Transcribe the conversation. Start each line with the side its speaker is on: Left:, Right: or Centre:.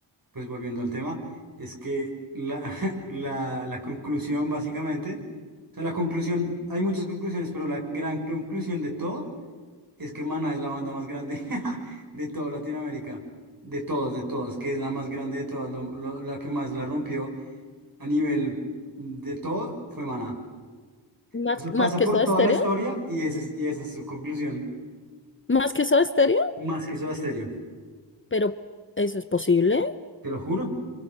Right: pues volviendo al tema, es que la, <laughs> la, la conclusión básicamente, o sea, la conclusión, hay muchas conclusiones, pero la gran conclusión de todo es que Maná es la banda más grande <laughs> de toda Latinoamérica, de todos, de todos, que es la más grande de todas, lo- lo- la que más la rompió a nivel de todo fue Maná.
Left: Más,
Right: O sea, pasa
Left: más que
Right: por
Left: Soda
Right: toda
Left: Stereo,
Right: la historia y esa es, y esa es su conclusión.
Left: más que Soda Stereo,
Right: Más que Soda Stereo,
Left: pero eso es posible,
Right: te lo juro.